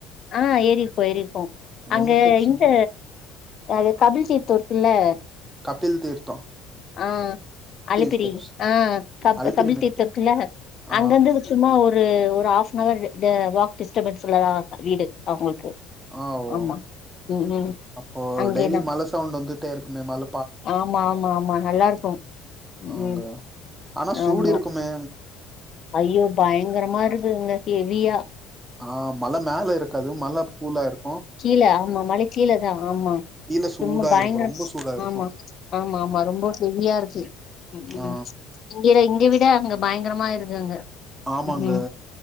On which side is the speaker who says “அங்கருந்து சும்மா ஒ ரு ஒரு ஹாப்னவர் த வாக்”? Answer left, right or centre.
Left